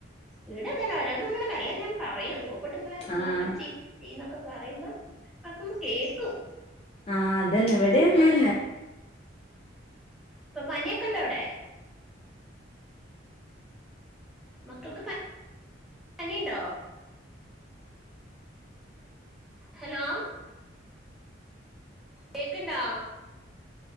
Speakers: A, in the centre; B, on the left (about 30°).
A: ഇവിടെ പിന്നെ ഓരോന്നങ്ങട് മെല്ലെ ഞാൻ പറയും സോപ്പിട്ട് ഇങ്ങനെ നിങ്ങള്
B: ആഹ്
A: അങ്ങനെ ചെയ്യാ. ചെയ്യുന്നൊക്കെ പറയുമ്പോ മക്കളെ കേക്കും.
B: ആഹ് അതെന്നെ ഇവിടെ
A: ഇപ്പൊ
B: അങ്ങനെ
A: ദാ
B: തന്നെ.
A: ഇപ്പൊ പനിയൊക്കെ ഉണ്ടോ അവിടെ? മക്കൾക്ക് പനിയുണ്ടോ? ഹലോ കേക്കുണ്ടോ?